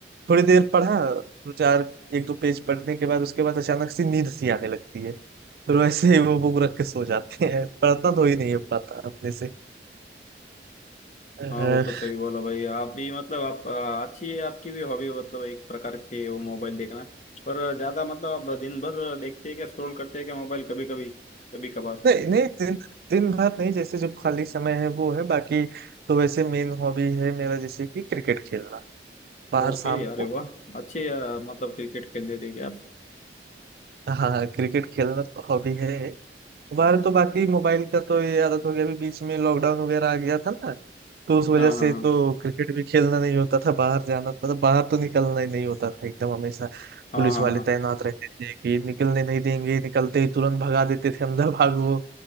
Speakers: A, on the right; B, on the left.
A: थोड़ी देर पढ़ा दो चार एक दो पेज पढ़ने के बाद उसके बाद अचानक से नींद सी आने लगती है फिर वैसे ही वो बुक रख के सो जाते हैं पढ़ना तो ही नहीं हो पाता अपने से अह,
B: हाँ वो तो सही बोला भाई आप भी मतलब आप आ, अच्छी है आपकी भी हॉबी मतलब एक प्रकार की है वो मोबाइल देखना पर ज्यादा मतलब आप दिन भर देखते हैं क्या स्क्रॉल करते हैं क्या मोबाइल कभी कभी कभी कभार
A: नहीं नहीं दिन दिन भर नहीं जैसे जो खाली समय है वो है बाकी तो वैसे मेन हॉबी है मेरा जैसे कि क्रिकेट खेलना बाहर
B: ओके
A: शाम को
B: अरे वाह अच्छे आ, मतलब क्रिकेट खेल लेते हैं क्या आप
A: हाँ हाँ क्रिकेट खेलना हॉबी है बाहर तो बाकी मोबाइल का तो ये आदत हो गया अभी बीच में लॉकडाउन वगैरह आ गया था ना तो उस वजह
B: हाँ
A: से
B: हाँ हाँ
A: तो क्रिकेट भी खेलना नहीं होता था बाहर जाना मतलब बाहर तो निकलना ही नहीं होता था एकदम हमेशा
B: हाँ
A: पुलिस
B: हाँ
A: वाले
B: हाँ
A: तैनात रहते थे कि निकलने नहीं देंगे निकलते ही तुरंत भगा देते थे अंदर भागो